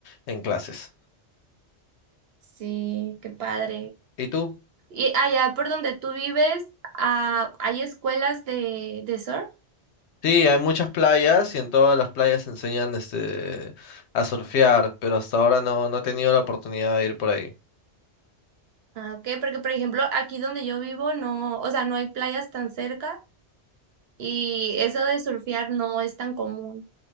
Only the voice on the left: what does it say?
en clases.
¿Y tú?
Sí, hay muchas playas y en todas las playas enseñan este a surfear, pero hasta ahora no, no he tenido la oportunidad de ir por ahí.